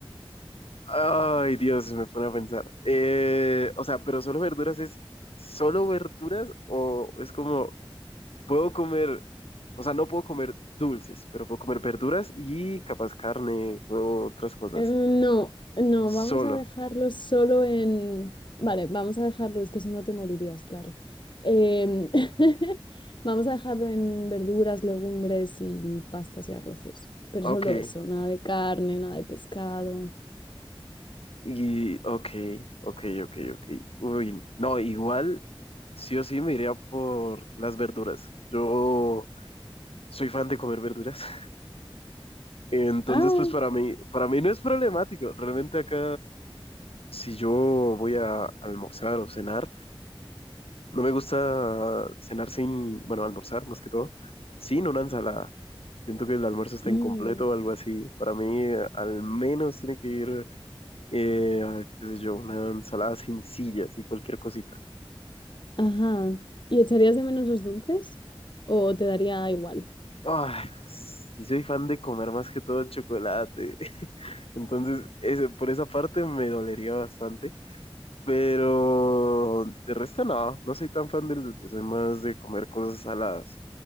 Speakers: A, on the left; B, on the left.
A: Ay, Dios, me pone a pensar. Eh, o sea, pero solo verduras es solo verduras o es como, puedo comer, o sea, no puedo comer dulces, pero puedo comer verduras y capaz carne o otras cosas.
B: Eh, No, no,
A: Solo.
B: vamos a dejarlos solo en... Vale, vamos a dejarlo, es que si no te morirías, claro. Em, <laughs> vamos a dejarlo en verduras, legumbres y pastas y arroces, pero
A: Ok.
B: solo eso, nada de carne, nada de pescado.
A: Y, ok, ok, ok, ok. Uy, no, igual, sí o sí me iría por las verduras. Yo soy fan de comer verduras. <laughs> Entonces,
B: Ah,
A: pues para mí, para mí no es problemático. Realmente acá, si yo voy a almorzar o cenar, no me gusta cenar sin, bueno, almorzar más que todo, sin una ensalada. Siento que el almuerzo está
B: mm,
A: incompleto o algo así. Para mí, eh, al menos tiene que ir, eh, qué sé yo, una ensalada sencilla, así cualquier cosita.
B: ajá. ¿Y echarías de menos los dulces? ¿O te daría igual?
A: Ay, sí soy fan de comer más que todo chocolate. <laughs> Entonces, ese- por esa parte me dolería bastante. Pero de resto no, no soy tan fan del dulce, soy más de comer cosas saladas.